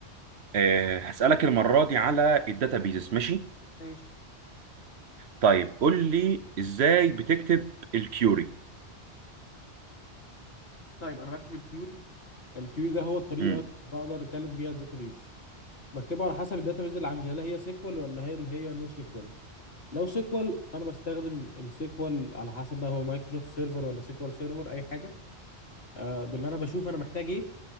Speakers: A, on the right; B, on the left.
A: آه هسألك المرة دي على الداتابيزز ماشي
B: ماشي
A: طيب قول لي ازاي بتكتب الكيوري
B: طيب انا بكتب الكيوري الكيوري ده هو الطريقه
A: امم
B: اللي بقدر اكلم بيها الداتابيز بكتبه على حسب الداتابيز اللي عندي هل هي سيكوال ولا هي اللي هي نو سيكوال لو سيكوال فانا بستخدم السيكوال على حسب بقى هو مايكروسوفت سيرفر ولا سيكوال سيرفر اي حاجه آه، باللي انا بشوف انا محتاج ايه